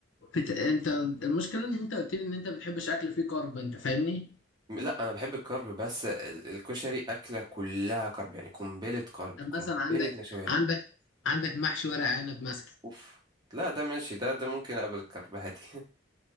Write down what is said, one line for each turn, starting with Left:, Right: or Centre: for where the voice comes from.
Left: بت... أنت المشكلة إن أنت قلت لي إن أنت بتحبش أكل فيه كارب أنت فاهمني؟
Right: لا انا بحب الكرب بس ال- الكشري اكله كلها كرب يعني قنبله كرب
Left: طب
Right: قنبله
Left: مثلا عندك
Right: نشويات
Left: عندك عندك محشي ورق عنب مثلا
Right: اوف لا ده ماشي ده ده ممكن اقبل الكرب عادي <laughs>